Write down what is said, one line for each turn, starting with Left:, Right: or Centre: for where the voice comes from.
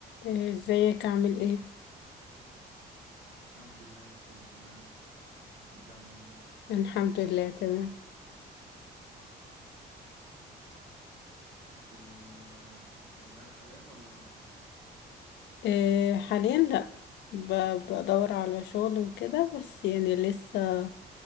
Left: إيه، ازيك عامل ايه
Right: الحمد لله كله تمام انت عامل ايه
Left: الحمد لله تمام
Right: انت آه، شغالة حاليا ولا لأ
Left: إيه، حاليا لا ب- بدور على شغل وكده بس يعني لسه